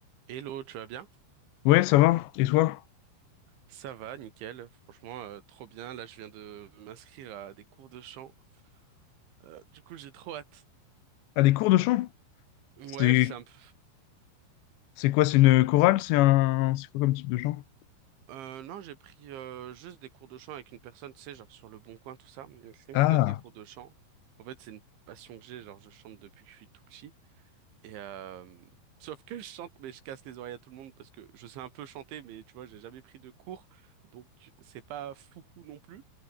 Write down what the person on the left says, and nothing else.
Ouais, ça va. Et toi?
Ah, des cours de chant?
C'est
c'est quoi? C'est une chorale? C'est un c'est quoi comme type de chant?
Ah,